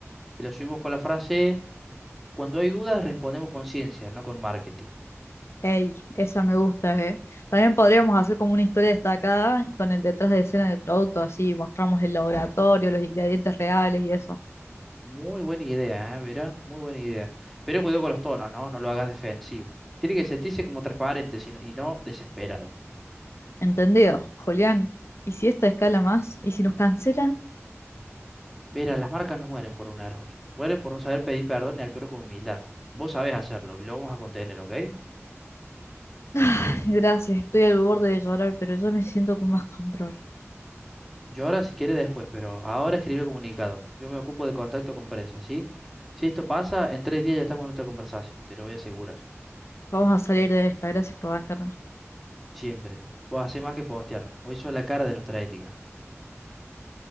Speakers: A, in the centre; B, on the left (about 60°).
A: Y lo subimos con la frase, cuando hay dudas respondemos con ciencia, no con marketing.
B: Ey, esa me gusta, ¿eh? También podríamos hacer como una historia destacada con el detrás de escena del producto, así mostramos el laboratorio, los ingredientes reales y eso.
A: Muy buena idea, ¿eh? Verá, muy buena idea. Pero cuidado con los tonos, ¿no? No lo hagas defensivo. Tiene que sentirse como transparente sino- y no desesperado.
B: ¿Entendido, Julián? ¿Y si esta escala más? ¿Y si nos cancelan?
A: Verá, las marcas no mueren por un error, mueren por no saber pedir perdón y actuar con humildad. Vos sabés hacerlo y lo vamos a contener, ¿ok?
B: Ay, <laughs> gracias, estoy al borde de llorar, pero yo me siento con más control.
A: Yo ahora si quiere después, pero ahora escribir el comunicado. Yo me ocupo de contacto con prensa, ¿sí? Si esto pasa, en tres días ya estamos en otra conversación, te lo voy a asegurar.
B: Vamos a salir de esta, gracias por bancarme.
A: Siempre. Vos hacés más que postear. Hoy sos la cara de nuestra ética.